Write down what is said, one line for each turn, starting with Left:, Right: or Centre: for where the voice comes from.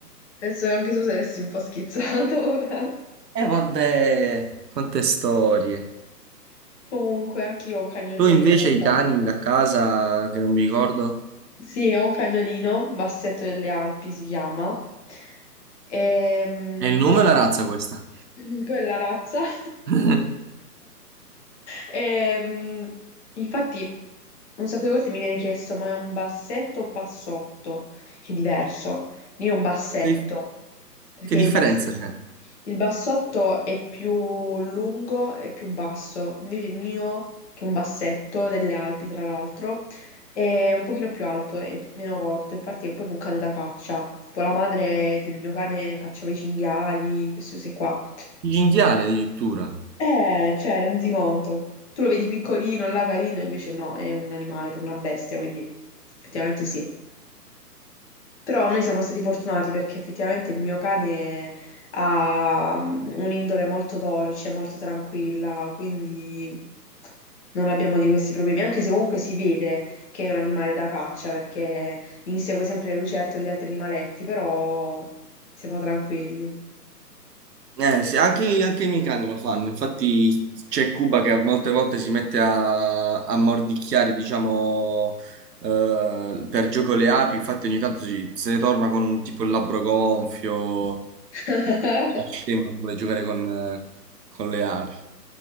Left: penso che anche tu saresti un po' schizzato. <laughs>
Right: Eh vabbè, quante storie.
Left: Comunque, anche io ho un cagnolino
Right: Tu invece
Left: in realtà.
Right: i cani a casa, che non mi ricordo,
Left: Sì, ho un cagnolino, Bassetto delle Alpi si chiama. Ehm,
Right: è il nome
Left: però
Right: o la razza questa?
Left: <clears throat> quella razza. <laughs>
Right: <laughs>
Left: Ehm, infatti, un sacco di volte mi viene chiesto: ma è un bassetto o un bassotto? Che è diverso. Io un bassetto,
Right: Che dif-
Left: perché
Right: che differenza
Left: il bass-
Right: c'è?
Left: il bassotto è più lungo e più basso, invece il mio, che è un bassetto delle Alpi, tra l'altro, è un pochino più alto e meno corto, infatti è proprio un cane da caccia. Tipo la madre del mio cane cacciava i cinghiali, queste cose qua.
Right: Il cinghiale addirittura.
Left: Eh, cioè, rendi conto. Tu lo vedi piccolino, là carino, invece no, è un animale, per una bestia, quindi effettivamente sì. Però noi siamo stati fortunati perché effettivamente il mio cane ha mm, un'indole molto dolce, molto tranquilla, quindi non abbiamo di questi problemi, anche se comunque si vede che è un animale da caccia perché insegue sempre le lucertole e gli altri animaletti, però siamo tranquilli.
Right: Eh, sì, anche, anche i miei cani lo fanno, infatti c'è Cuba che molte volte si mette a, a mordicchiare, diciamo, eh, per gioco le api, infatti ogni tanto si- se ne torna con tipo il labbro gonfio,
Left: <laughs>
Right: scemo, vuole giocare con, eh, con le api.